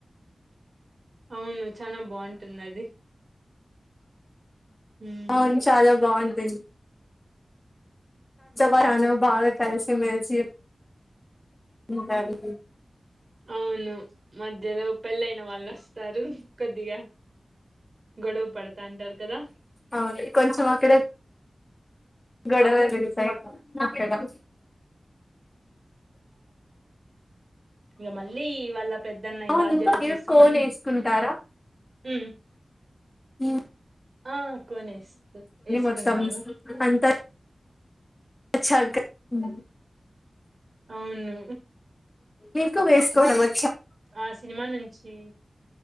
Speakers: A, on the right (about 55°); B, on the left (about 20°).
A: అవును చాల బాగుంటుంది అది ఉమ్
B: అవును చాలా బాగుంటూంది చానా బాగా కలిసి మెలసి ఉంటారు
A: అవును మధ్యలో పెళ్ళ అయిన వాళ్ళు వస్తారు కొద్దిగా గొడవ పడతా అంటారు కదా
B: అవును కొంచెం అక్కడ గడ వజరిసడ అ
A: ఇంక మళ్ళీ వాళ్ళ పెద్దన్న
B: అవును
A: బాధ్యత
B: ఇంకా మీరు
A: తీసుకొని
B: కోన్ వేసుకుంటారా
A: హ్మ్
B: ఇ
A: ఆ కొనేస్త వేసుకుంటాము
B: మొత్తం అంతా <inaudible>
A: అవును
B: మీకు వేస్కో మ
A: ఆ సినిమా నుంచి